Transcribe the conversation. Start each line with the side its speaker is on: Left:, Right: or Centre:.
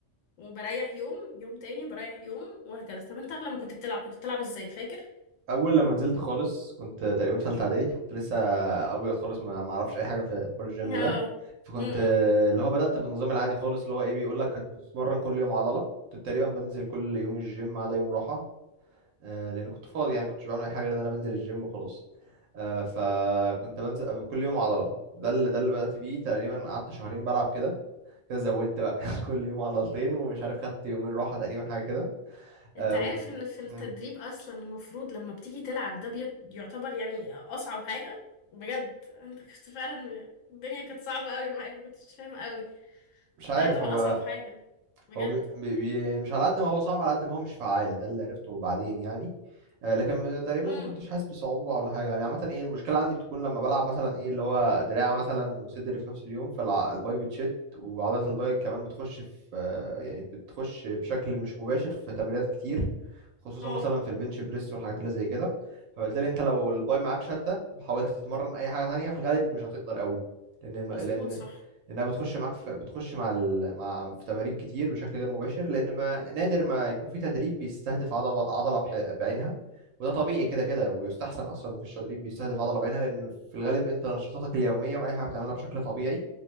Left: وبريح يوم يوم تاني بريح يوم وهكذا طب انت لما كنت بتلعب كنت بتلعب ازاي فاكر
Right: اول لما نزلت خالص كنت تقريبا في ثالثه اعدادي كنت لسه ابيض خالص ما ما اعرفش اي حاجه في حوار الجيم
Left: اه
Right: ده فكنت
Left: امم
Right: آه، اللي هو بدأت بالنظام العادي خالص اللي هو ايه بيقول لك هتتمرن كل يوم عضلة كنت تقريبا بنزل كل يوم الجيم ما عدا يوم راحة آه، لأن كنت فاضي يعني كنتش بعمل أي حاجة غير إن أنا بنزل الجيم وخلاص آه، فكنت بنزل كل يوم عضلة ده اللي ده اللي بدأت بيه تقريبا قعدت شهرين بلعب كده كده زودت بقى <laughs> كل يوم عضلتين ومش عارف خدت يومين راحة تقريبا حاجة كده
Left: انت
Right: آه،
Left: عارف
Right: و-
Left: ان في التدريب
Right: مم.
Left: اصلا المفروض لما بتيجي تلعب ده بي- يعتبر يعني اصعب حاجة بجد انت كنت فعلا الدنيا كانت صعبة قوي معاك كنتش فاهم قوي
Right: مش عارف
Left: ده يعتبر
Right: هو
Left: اصعب حاجة بجد
Right: هو م... م- بي- مش على قد ما هو صعب على قد ما هو مش فعال ده اللي عرفته بعدين يعني آه، لكن تقريبا
Left: امم
Right: ما كنتش حاسس بصعوبة ولا حاجة يعني عامة ايه المشكلة عندي بتكون لما بلعب مثلا ايه اللي هو دراع مثلا وصدر في نفس اليوم فالباي بتشد وعضلة الباي كمان بتخش في آه، يعني بتخش بشكل مش مباشر في تمرينات كتير خصوصا
Left: اه
Right: مثلا في البنش بريس والحاجات اللي زي كده فبالتالي انت لو الباي معاك شدة وحاولت تتمرن اي حاجة تانية في الغالب مش هتقدر قوي لان الم...
Left: مظبوط
Right: لان
Left: صح
Right: لانها بتخش معاك في بتخش مع ال... مع في تمارين كتير بشكل غير مباشر لان ما نادر ما يكون في تدريب بيستهدف عضله عضله بح... بعينها وده طبيعي كده كده ويستحسن اصلا ان مفيش تدريب بيستهدف عضله بعينها لان في الغالب انت نشاطاتك اليوميه واي حاجه بتعملها بشكل طبيعي